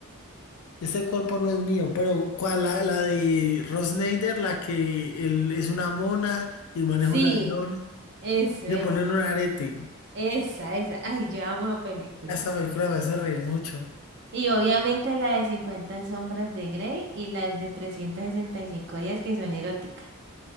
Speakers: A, on the left; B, on the right.
A: Este cuerpo no es mío, pero ¿cuál? La, la de Rosneider, la que él es una mona y el man
B: Sí,
A: es un ladrón,
B: eso,
A: y
B: esa,
A: le ponen un arete.
B: esa, esa. Ay, yo amo esa película.
A: Esa película me hace reír mucho.
B: Y obviamente la de Cincuenta sombras de Grey y las de 365 días que son eróticas.